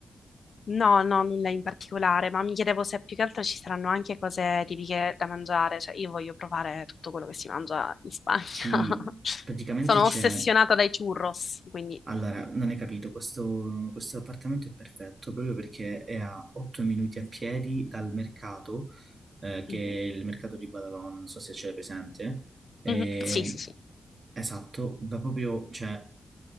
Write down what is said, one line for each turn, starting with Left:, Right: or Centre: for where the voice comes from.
Left: No, no, nulla in particolare, ma mi chiedevo se più che altro ci saranno anche cose tipiche da mangiare, cioè io voglio provare tutto quello che si mangia in Spagna.
Right: Sì,
Left: <laughs>
Right: praticamente
Left: Sono
Right: c'è...
Left: ossessionata dai churros, quindi...
Right: Allora, non hai capito, questo, questo appartamento è perfetto proprio perché è a 8 minuti a piedi dal mercato, eh, che
Left: Mhm.
Right: è il mercato di Badalona, non so se c'è presente. E-
Left: Mhm. Sì, sì, sì.
Right: esatto, va proprio, cioè,